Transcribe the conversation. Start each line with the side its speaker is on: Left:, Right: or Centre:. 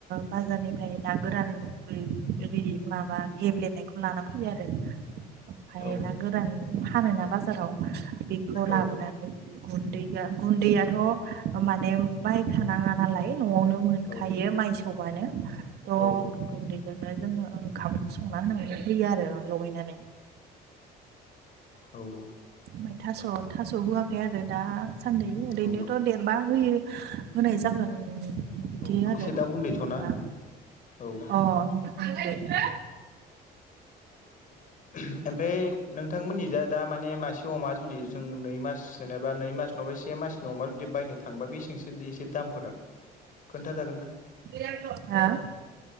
Right: बाजारनिफ्राय ना गोरान ओ माबा गेब्लेनायखौ लाना फैयो आरो ओमफफ्राय
Left: औ
Right: ना गोदान फानो ना बाजाराव। बेखौ
Left: औ
Right: लाबोनानै गुन्दै गुन्दैयाथ' माने बायखानाङा नालाय न'आवनो मोनखायो
Left: औ
Right: मायसौबानो थ'
Left: औ
Right: गुन्दै बिजोंनो जोङो ओंखामख्रि संना होनानै होयो आरो लगायनानै।
Left: औ औ
Right: ओमफ्राय थास' थास' होआखै आरो दासान्द ओरैनोथ'
Left: औ
Right: देरबा होयो। होनाय जागोन बिदि
Left: औ
Right: आरो
Left: एसे दा उन्दैथ'ना
Right: जेनेबा
Left: औ
Right: अ <unintelligible>
Left: <inaudible> ओमफ्राय नोंथांमोननि जा दा माने मासे अमा जुदि जों नै मास जेनेबा नै मास नबा से मासनि अमा जुदि बायनो थांबा बेसेबसो एसे दामफोरा? खोन्थाजागोन ना?
Right: <unintelligible> हा